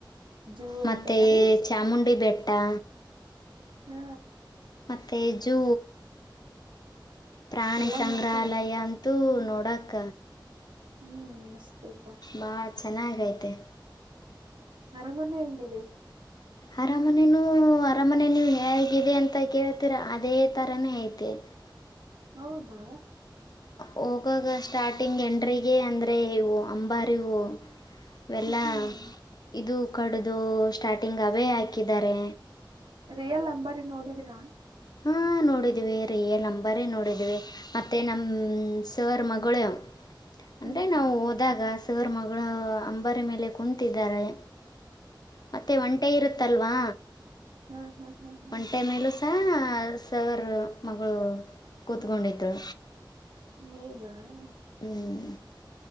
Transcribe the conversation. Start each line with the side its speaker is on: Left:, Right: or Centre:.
Right: ಜೂ
Left: ಮತ್ತೆ
Right: ಐತನಲ್ಲಿ
Left: ಚಾಮುಂಡಿ ಬೆಟ್ಟ ಡಾ
Right: ಹ್ಮ್
Left: ಮತ್ತು ಜೂ ಪ್ರಾಣಿ
Right: ಎಲ್ಲಾ
Left: ಸಂಗ್ರಹಾಲಯ
Right: ನೋಡ್ಕೊಂಡ್ರಿ
Left: ಅಂತೂ ನೋಡಕ
Right: ಹ್ಮ್ ಮಸ್ತತ
Left: ಭಾಳ ಚೆನ್ನಾಗೈತೆ
Right: ಅರಾಮನೆ ಹೆಂಗಿದೆ
Left: ಅರಮನೆನು ಅರಮನೆ ನೀವು ಹೇಗಿದೆ ಅಂತ ಕೇಳ್ತೀರ ಅದೇ ತರಾನೇ ಐತೆ ಹ
Right: ಹೌದು
Left: ಹೋಗಾಗ ಸ್ಟಾರ್ಟಿಂಗ್ ಎಂಡರಿಗೆ ಅಂದರೆ ಇವು ಅಂಬಾರಿ ಹೂ ವೆಲ್ಲ
Right: ಹ್ಮ್
Left: ಇದು ಕಡ್ದು ಸ್ಟಾರ್ಟಿಂಗ್ ಅವೇ ಹಾಕಿದ್ದಾರೆ
Right: ರಿಯಲ್ ನಂಬರ್ ನೋಡಿದರಾ
Left: ಹ್ಮ ನೋಡಿದಿವವಿ ರಿಯಲ್ ನಂಬರೇ ನೋಡಿದೀವಿ ಮ ನಮ್ಮ ಸರ್ ಮಗಳ ಅಂದರೆ
Right: ಹ್ಮ್ ಹ್ಮ್
Left: ನಾವು
Right: ಹ್ಮ್
Left: ಹೋದಾಗ ಸರ್ ಮಗಳು ಅಂಬಾರಿ ಮೇಲೆ ಕುಂತಿದ್ದಾರೆ ಮತ್ತೆ ಒಂಟೆ ಇರುತ್ತಲ್ವಾ
Right: ಹ್ಮ್ ಹ್ಮ್ ಹ್ಮ್ ಹ್ಮ್
Left: ಹೊಂಟೆ ಮೇಲೂ ಸಹ ಸರ್ ಮಗಳು ಕೂತ್ಕೊಂಡಿದರು
Right: ಹ
Left: ಹ್ಮ್